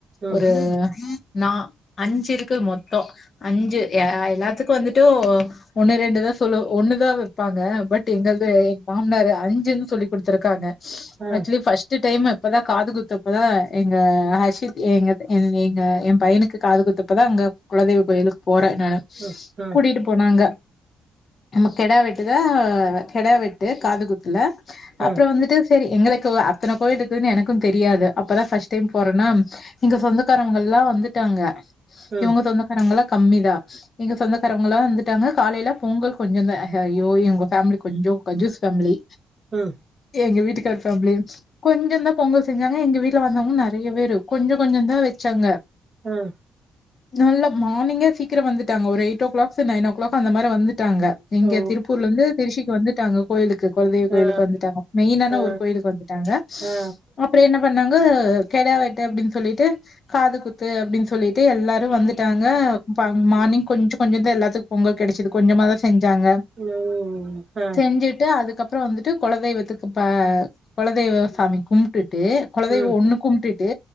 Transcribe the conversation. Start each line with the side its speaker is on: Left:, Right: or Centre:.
Right: ம்
Left: ஒரு நா அஞ்சு இருக்கு மொத்தோ அஞ்சு எ எல்லாத்துக்கு வந்துட்டு ஒண்ணு ரெண்டுதா சொல்லு ஒண்ணுதா வைப்பாங்க பட் எங்களது மாம்னாரு அஞ்சுன்னு சொல்லி குடுத்துருக்காங்க
Right: ஆ
Left: ஆக்சுவலி ஃபஸ்ட் டு டைமு அப்பதா காது குத்தப்ப எங்க ஹர்ஷித் எங்க எங்க எங்க எ பையனுக்கு காது குத்த இப்பதா அங்க குலதெய்வ கோயிலுக்கு போறே நானு
Right: ம் ம்
Left: கூட்டிட்டு போனாங்க நம்ம கெடா வெட்டு தா கெடா வெட்டு காதுகுத்துல அப்புறோ
Right: அ
Left: வந்துட்டு சேரி எங்களுக்குலா அத்தன கோயில் இருக்குன்னு எனக்கு தெரியாது அப்பதா ஃபர்ஸ்ட் டைம் போறனா எங்க சொந்தக்காரங்கல்லா வந்துட்டாங்க
Right: அ
Left: இவுங்க சொந்தக்காரங்கல்லா கம்மிதா எங்க சொந்தக்காரவுங்கல்லா வந்துட்டாங்க காலையில பொங்கல் கொஞ்சோ தா ஐயோ இவுங்க ஃபேமிலி கொஞ்சோ கன்ஜூஸ் ஃபேமிலி
Right: ம்
Left: எங்க வீட்டுக்கார் ஃபேமிலியு கொஞ்சோ தா பொங்கல் செஞ்சாங்க எங்க வீட்ல வந்தவுங்க நறைய பேரு கொஞ்சோ கொஞ்சோ தா வச்சாங்க <inaudible>
Right: அ அ
Left: நல்ல மார்னிங்கே சீக்கிரோ வந்துட்டாங்க ஒரு eight o'clocks nine o'clock அந்த மாரி வந்து ட்டாங்க எங்க
Right: ஓ
Left: திருப்பூர்ல இருந்து திருச்சிக்கு வந்துட்டாங்க கோயிலுக்கு குலதெய்வ கோயிலுக்கு
Right: ஆ
Left: வந்துட்டாங்க மெயினான
Right: ஆ
Left: ஒரு கோயிலுக்கு வந்துட்டாங்க
Right: ஆ
Left: அப்புறோ என்ன பண்ணாங்க கெடா வெட்டு அப்டின்னு சொல்லிட்டு காது குத்து அப்டின்னு சொல்லிட்டு எல்லாரு வந்துட்டாங்க மார்னிங் கொஞ்ச கொஞ்ச தா எல்லாத்து பொங்கல் கெடைச்சது கொஞ்சமாதா செஞ்சாங்க
Right: ம் அ
Left: செஞ்சுட்டு அதுக்கப்புறோ வந்துட்டு குலதெய்வத்துக்கு ப குலதெய்வ சாமி கும்டுட்டு குலதெய்வம்
Right: ம்
Left: ஒண்ணு கும்டுட்டு